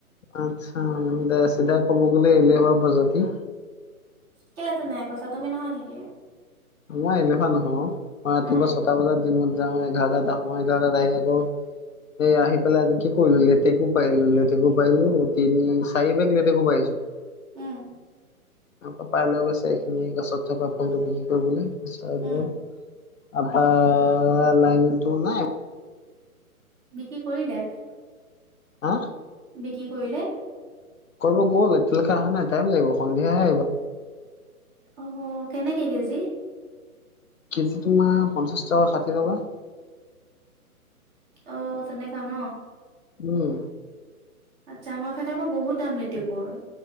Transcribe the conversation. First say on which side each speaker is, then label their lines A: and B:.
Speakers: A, on the left (about 60°); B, on the right (about 20°).
A: আচ্ছা, চিধা ক'ব গ'লে এলেহোৱা প্ৰজাতি।
B: কেলেতেনেকে নাই কৈছা, তুমি নহয় নেকি?
A: মই এলেহোৱা নহয়ো। মই ৰাতিপুৱা
B: আৰু
A: ছটা বজাত জিমত যাওঁ জাগা যাওঁ। মই জাগা যাইকিনে এই আহি পেলাই আজি কি কৰি ললি, লেটেকো পাইললোঁ, লেটেকো পাইলো তিনি চাৰি বেগ লেতেকো পাৰিছোঁ।
B: উম।
A: আম পাপাই লৈ গৈছে এইখিনি গছত থকা ফলটো বিক্ৰী কৰিবলে
B: উম
A: <unintelligible> আপা লাইনটো নাই
B: বিক্ৰী কৰিলে
A: হা
B: বিক্ৰি কৰিলে
A: কৰিব গ'ল এতিয়ালৈকে অহা নাই টাইম লাগিব সন্ধিয়াহে আহিব।
B: অ কেনেকে কেজি?
A: কেজি তোমাৰ পঞ্চাছ টকা ষাঠি টকা।
B: অ তেনেকা ন
A: উম।
B: আচ্ছা, আমাৰফালে আকৌ বহুত দাম লেটেকুৰ